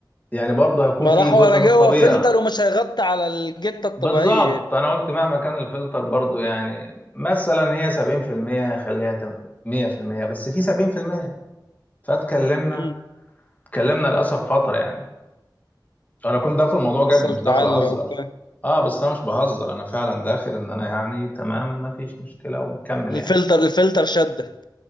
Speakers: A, on the left; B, on the left.
A: يعني برضه هيكون
B: ما
A: في
B: راح
A: جزء
B: ورا جوه
A: من الطبيعة
B: فلتر ومش هيغطي على الجتة الطبيعية
A: بالظبط انا قلت مهما كان الفلتر برضه يعني مثلا هي 70% هخليها تم- 100% بس في 70% فاتكلمنا
B: مم.
A: اتكلمنا للاسف فترة يعني انا كنت داخل الموضوع جد
B: حصل
A: مش
B: تعلق
A: داخل اهزر
B: وبتاع
A: اه بس انا مش بهزر انا فعلا داخل ان انا يعني تمام مفيش مشكلة ونكمل
B: الفلتر
A: يعني
B: الفلتر شدك